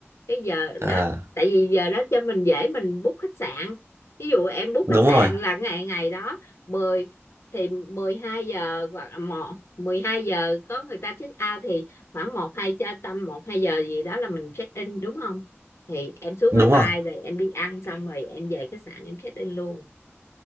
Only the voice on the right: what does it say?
à
đúng
rồi
đúng
rồi